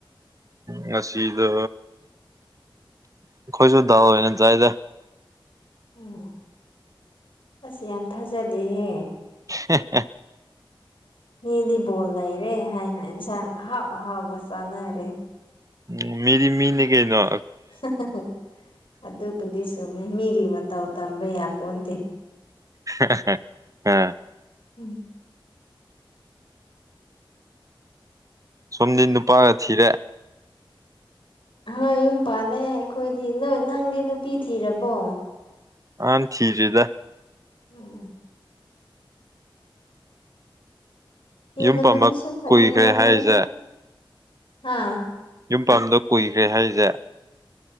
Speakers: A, on the right; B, on the left.
A: ꯉꯁꯤꯗꯨ ꯑꯩꯈꯣꯏꯁꯨ ꯗꯥꯎ ꯑꯣꯏꯅ ꯆꯥꯏꯗ
B: ꯎꯝ ꯑꯁ ꯌꯥꯝ ꯊꯥꯖꯗꯦꯍꯦ
A: ꯍꯦꯍꯦ
B: ꯃꯤꯗꯤꯕꯣꯜ ꯂꯩꯔꯦ ꯍꯥꯏꯅ ꯏꯟꯁꯥꯡ ꯑꯍꯥꯎ ꯑꯍꯥꯎꯕ ꯆꯥꯅꯔꯦ
A: ꯎ ꯝꯃꯤꯗꯤ ꯃꯤꯅꯤꯀꯩꯅꯣ
B: ꯍꯍꯍꯑꯗꯨꯕꯨꯗꯤ ꯆꯨꯝꯃꯤ ꯃꯤꯒꯤ ꯃꯇꯧ ꯇꯝꯕ ꯌꯥ ꯄꯣꯟꯟꯗꯦ
A: ꯍꯥꯥꯍꯍꯍ
B: ꯎꯝ
A: ꯁꯣꯝꯗꯤ ꯅꯨꯄꯥꯒ ꯊꯤꯔꯦ
B: ꯍꯣꯏ ꯌꯨꯝ ꯄꯥꯜꯂꯦ ꯑꯩꯈꯣꯏꯗꯤ ꯅꯣꯏ ꯅꯪꯗꯤ ꯅꯨꯄꯤ ꯊꯤꯔꯕꯣ
A: ꯑ ꯊꯤꯔꯤꯗ
B: ꯎꯝ ꯊꯤꯗꯕꯗꯨ
A: ꯌꯨꯝ ꯄꯥꯟꯕ
B: ꯁꯨ ꯈꯔꯅ
A: ꯀꯨꯏꯈ꯭ꯔꯦ
B: ꯅꯨꯡꯉꯥꯏꯕꯅꯤꯗ
A: ꯍꯥꯏꯔꯤꯁꯦ
B: ꯍꯥꯥ
A: ꯌꯨꯝ ꯄꯝꯗꯣ ꯀꯨꯏꯈ꯭ꯔꯦ ꯍꯥꯏꯔꯤꯁꯦ